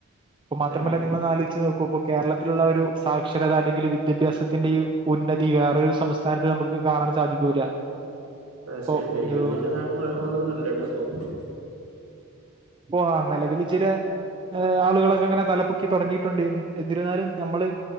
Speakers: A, on the right; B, on the right.
A: അപ്പ
B: പക്ഷെ
A: മാത്രമല്ല നിങ്ങള് ഒന്ന് ആലോചച്ച് നോക്കൂ ഇപ്പ കേരളത്തിലുള്ള ഒരു സാക്ഷരത അല്ലെങ്കിൽ വി വിദ്യാഭ്യാസത്തിന്റെ ഉന്നതി വേറൊരു സംസ്ഥാനത്ത് നമുക്ക് കാണാൻ സാധിക്കൂല്ല.
B: പക്ഷെ
A: ഇപ്പോ
B: ദൈവത്തിന്റെ
A: ഇത്
B: നാടന്ന് പറയാൻ മാത്രം മൊന്നും ഇല്ലട്ടോഇപ്പം.
A: ഓ നിലവില് ചില ആളുകളൊക്കെ അങ്ങനെ തലപ്പൊക്കി തുടങ്ങിയിട്ടുണ്ട്. എന്നിരുന്നാലും നമ്മള്